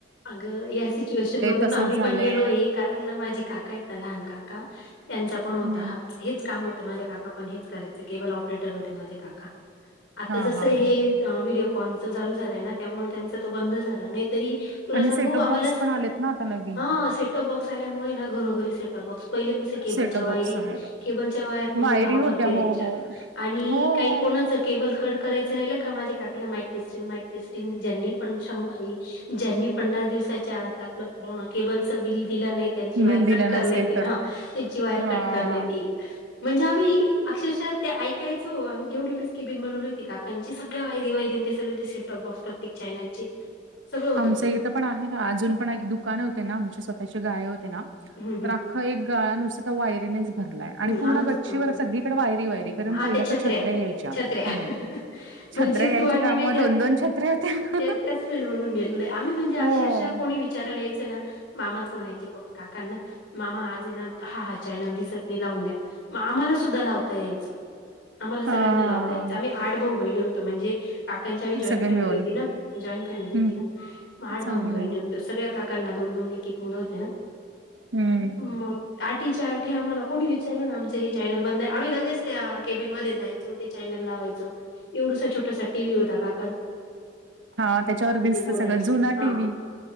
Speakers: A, on the left; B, on the right.
A: अग या सिच्युएशन मधून
B: तसंच
A: आम्ही
B: झालंय
A: पण गेलोय. कारण माझे काका आहेत ना लहान काका त्यांचा पण होता
B: हम्म
A: हाच, हेच काम होतं माझ्या काका पण हेच करायच केबल ऑपरेटर होते माझे काका, आता
B: हा
A: जस
B: हा
A: हे
B: हा
A: अ व्हिडिओकॉनच चालू झालाय ना त्यामुळे त्यांचा तो बंद झाला नाही तरी तुला
B: आणि
A: सांगू
B: सेटअप
A: आम्हाला,
B: बॉक्स पण आलेत ना आता नवीन
A: हा सेटऑप बॉक्स आल्यामुळे ना घरोघरी सेटऑप बॉक्स. पहिले कसं केबलच्या
B: सेटअप
A: वायरी,
B: बॉक्स आहेत.
A: केबलच्या वायर पूर्ण
B: वायरी
A: गाव
B: होत्या
A: भर फिरायच्या.
B: हो हो
A: आणि
B: हो.
A: काही कोणाचं केबल कट करायच राहिलं का माझ्या काकाला माईक टेस्टिंग, माईक टेस्टिंग ज्यांनी पण, ज्यांनी पन्नास दिवसाच्या आता आपलं केबलच बिल दिलं नाही त्यांची वायर
B: बिल दिलं
A: कट करण्यात
B: नसेल
A: येईल
B: तर
A: हा त्याची वायर
B: हा
A: कट करण्यात येईल. म्हणजे आम्ही अक्षरशः ते ऐकायचो आम्ही एवढी-एवढी केबिन बनवली होती का. त्यांची सगळ्या आयरी-वायरी ते सगळे ते सेटअप बॉक्स प्रत्येक चॅनलचे. सगळं होतं.
B: आमचं इथं पण आहे ना अजून पण एक दुकान होते ना आमची स्वतःची गाळे होते ना
A: हम्म
B: तर एक गळ्या नुसार तर वायरीनेच भरलाय आणि
A: हम्म
B: पूर्ण
A: आमचं
B: गच्चीवर
A: पण होतं.
B: सगळीकडे वायरी-वायरी. कारण
A: हा
B: पहिल्या
A: त्या
B: तर छत्र्या यायच्या
A: छत्र्या
B: हम्,
A: म्हणजे
B: छत्र्या यायच्या
A: तू आणि
B: त्यामुळं
A: मी त्याच
B: दोन-दोन छत्र्या होत्या.
A: त्या त्याच फील्ड मधून गेलेलोय, आम्ही म्हणजे अक्षरशः
B: हो
A: कोणी विचारायला यायचे ना मामाच म्हणायचे प काकांना मामा हा हा, चॅनल दिसत मी लावून द्या मग आम्हाला सुद्धा लावता यायचं. आम्हाला
B: हा
A: सगळ्यांना लावता याच आम्ही आठ भाऊ-बहिणी होतो म्हणजे काकांची आम्ही जॉईंट
B: सगळे
A: फॅमिली
B: मिळून
A: होती ना, जॉईंट फॅमिली होती
B: हम्म
A: ना आठ
B: चांगलंय.
A: भाऊ-बहिणी होती. तर सगळ्या काकांना दोन-दोन एक-एक मुलंं होते न,
B: हम्म.
A: मग? आठीच्या आठे आम्हाला कोणी विचारलं ना आमच हे चॅनल बंद आहे आम्ही लगेच त्या कॅबिन मध्ये जायचो ते चॅनल लावायचो एवढसा छोटसा टीव्ही होता का
B: हा त्याच्यावर दिसत
A: बोलायचे
B: सगळं जुना
A: हा
B: टीव्ही.